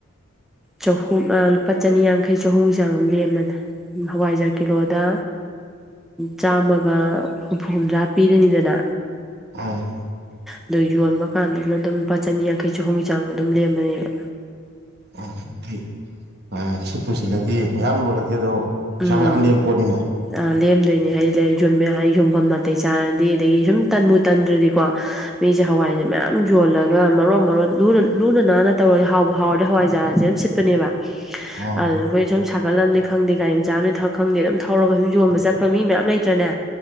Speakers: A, in the centre; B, on the right.
A: ꯆꯍꯨꯝ ꯂꯨꯄꯥ ꯆꯅꯤ ꯌꯥꯡꯈꯩ ꯆꯍꯨꯝꯒꯤ ꯆꯥꯡ ꯑꯃ ꯂꯦꯝꯕꯅꯦ ꯍꯋꯥꯏꯖꯔ ꯀꯤꯂꯣꯗ ꯆꯥꯝꯃꯒ ꯍꯨꯝꯐꯨ ꯍꯨꯝꯗ꯭ꯔꯥ ꯄꯤꯔꯅꯤꯗꯅ
B: ꯑꯝ
A: ꯑꯗꯣ ꯌꯣꯟꯕ ꯀꯥꯟꯗꯅ ꯑꯗꯨꯝ ꯂꯨꯄꯥ ꯆꯅꯤ ꯌꯥꯡꯈꯩ ꯆꯍꯨꯝꯒꯤ ꯆꯥꯡ ꯑꯗꯨꯝ ꯂꯦꯝꯕꯅꯦꯕ
B: ꯎ ꯐꯩ ꯁꯤꯠꯄꯨ ꯁꯤꯠꯂꯗꯤ ꯃꯌꯥꯝ ꯂꯣꯜꯂꯗꯤ ꯑꯗꯣ ꯄꯩꯁꯥ
A: ꯎꯝ
B: ꯃꯌꯥꯝ ꯂꯦꯝ ꯄꯣꯠꯅꯤꯅꯦ
A: ꯑ ꯂꯦꯝꯗꯣꯏꯅꯦ ꯍꯥꯏꯗꯤ ꯂꯩ ꯌꯣꯟꯕ ꯍꯥꯏ ꯌꯣꯟꯕꯝ ꯅꯥꯇꯩ ꯆꯥꯔꯗꯤ ꯑꯗꯩ ꯁꯨꯝ ꯇꯟꯕꯨꯨ ꯇꯟꯗ꯭ꯔꯗꯤꯀꯣ ꯃꯤꯖꯦ ꯍꯋꯥꯏꯖꯦ ꯃꯌꯥꯝ ꯌꯣꯜꯂꯒ ꯃꯔꯣꯟ ꯃꯔꯣꯟ ꯂꯨꯅ ꯂꯨꯅ ꯅꯥꯟꯅ ꯇꯧꯔꯗꯤ ꯍꯥꯎꯕ ꯍꯥꯎꯔꯗꯤ ꯍꯋꯥꯏꯖꯥꯔꯖꯦ ꯑꯗꯨꯝ ꯁꯤꯠꯄꯅꯦꯕ
B: ꯎꯝ
A: ꯑꯗꯨꯗ ꯈꯣꯏ ꯁꯨꯝ ꯁꯛ ꯀꯂꯝ ꯅꯤ ꯈꯪꯗꯦ ꯀꯥꯏ ꯃꯆꯥ ꯑꯃꯅꯤ ꯊꯛ ꯈꯪꯗꯦ ꯑꯗꯨꯝ ꯊꯧꯔꯒ ꯁꯨꯝ ꯌꯣꯟꯕ ꯆꯠꯄ ꯃꯤ ꯃꯌꯥꯝ ꯂꯩꯇ꯭ꯔꯅꯦ